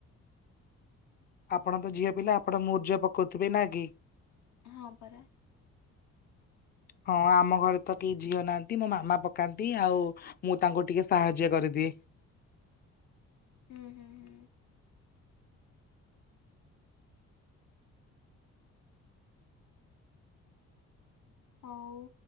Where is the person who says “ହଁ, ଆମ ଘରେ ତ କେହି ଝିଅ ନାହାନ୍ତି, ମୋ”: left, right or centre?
Left